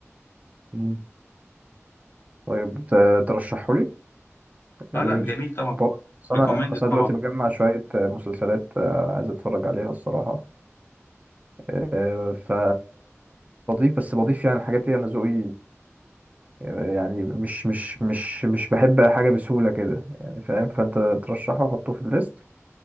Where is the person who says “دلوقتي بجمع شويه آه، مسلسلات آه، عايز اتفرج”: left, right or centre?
Right